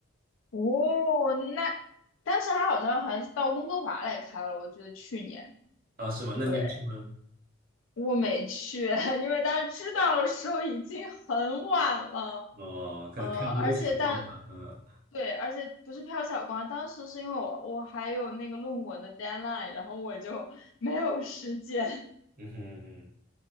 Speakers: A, on the left (about 65°); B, on the right (about 45°).
A: 哦，那当时他好像还到温哥华来开了，我记得去年。
B: 啊，是吗？
A: 对，
B: 那你有去吗？
A: 我没去，<laughs> 因为大家知道的时候已经很晚了，
B: 哦，可能票都被抢光了。
A: 呃，而且但
B: 嗯
A: 对，而且不是瞟小光，当时是因为我我还有那个论文的 deadline，然后我就 <laughs> 没有时间，
B: 嗯哼嗯哼，